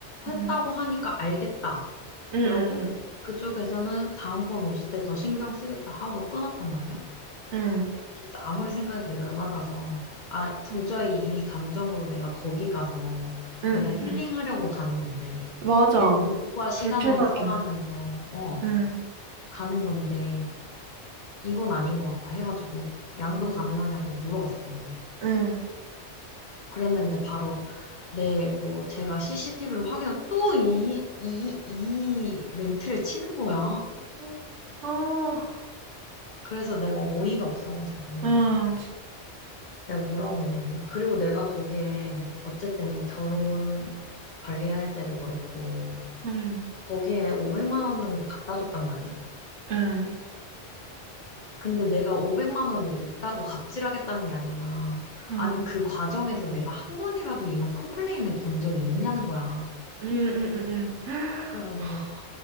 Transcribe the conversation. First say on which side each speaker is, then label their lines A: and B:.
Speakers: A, on the left; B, on the right.
A: 했다고
B: 응,
A: 하니까 알겠다.
B: 응,
A: 그러고 응, 그쪽에서는 다음번 오실 때 더 신경 쓰겠다 하고 끊었단 말이야.
B: 응,
A: 진짜 아무리 생각해도 열받아서 아 도저히
B: 응,
A: 이 감정으로 내가 거기 가서
B: 응,
A: 내가
B: 응,
A: 응, 힐링하려고
B: 응.
A: 가는 건데
B: 맞아.
A: 내 돈과 시간을
B: 불편하게.
A: 써가면서 어
B: 응,
A: 가는 건데 이건 아닌 것 같다 해가지고 양도
B: 응,
A: 가능하냐고 물어봤어.
B: 응.
A: 그랬는데 바로 네, 뭐, 제가 CCTV를 확인하고 또 이, 이, 이 멘트를 치는 거야.
B: 음. 아,
A: 그래서 내가 어이가 없어가지고
B: 아, 지-
A: 내가 뭐라고 보냈냐면 그리고 내가 거기에 어쨌든 결혼 관리할 때도 그렇고
B: 응,
A: 거기에 500만 원 정도 갖다 줬단 말이야.
B: 응,
A: 근데 내가 500만 원을 냈다고 갑질하겠다는 게 아니라
B: 응,
A: 아니 그 과정에서 내가 한 번이라도 이런 컴플레인을 건 적이 있냐는 거야.
B: 응, 응, 응. 응.
A: 그래가지고
B: <gasps>